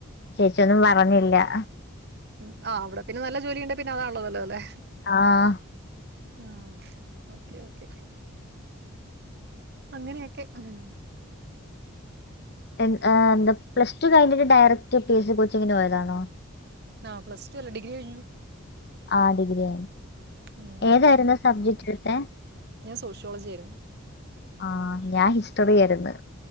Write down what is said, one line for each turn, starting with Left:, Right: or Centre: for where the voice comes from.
Left: ചേച്ചിയൊന്നും പറഞ്ഞില്ല
Right: ഉം ആഹ് അവിടെ പിന്നെ നല്ല ജോലിയുണ്ട് പിന്നെ അതാണല്ലോ നല്ലത് അല്ലെ
Left: ആഹ്
Right: ആഹ് ഓക്കെ ഓക്കെ അങ്ങനെയൊക്കെ ആഹ്
Left: എൻ ഏ എന്താ പ്ലസ് ടു കഴിഞ്ഞിട്ട് ഡയറക്ട്റ്റ് പി എസ് സി കോച്ചിങ്ങിന് പോയതാണോ
Right: ആഹ് പ്ലസ് ടു അല്ല ഡിഗ്രി കഴിഞ്ഞു
Left: ആഹ് ഡിഗ്രി ആയി
Right: ഉം
Left: ഏതായിരുന്നു സബ്ജെക്ട് ഏഹ്
Right: ഞാൻ സോഷ്യോളജി ആയിരുന്നു
Left: ആഹ് ഞാൻ ഹിസ്റ്ററി ആയിരുന്ന്